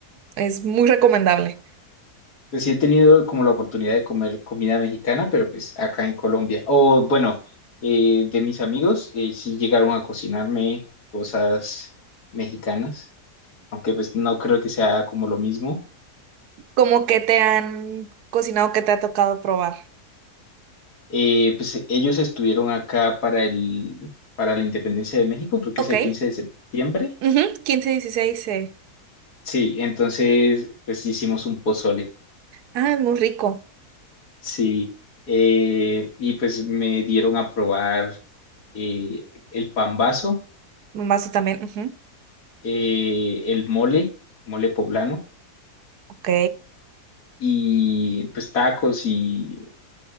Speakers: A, on the right; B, on the left.
A: es muy recomendable.
B: Pues sí he tenido como la oportunidad de comer comida mexicana, pero pues acá en Colombia. O bueno, eh, de mis amigos eh, sí llegaron a cocinarme cosas mexicanas, aunque pues no creo que sea como lo mismo.
A: Como que te han cocinado, que te ha tocado probar.
B: Eh, pues ellos estuvieron acá para el, para la independencia de México, creo que
A: Ok,
B: es el 15 de septiembre.
A: ujú, 15, 16, eh.
B: Sí, entonces pues hicimos un pozole.
A: Ah, es muy rico.
B: Sí, eh, y pues me dieron a probar eh, el pambazo,
A: Mazo también, ujú,
B: eh, el mole, mole poblano,
A: Ok.
B: y pues tacos y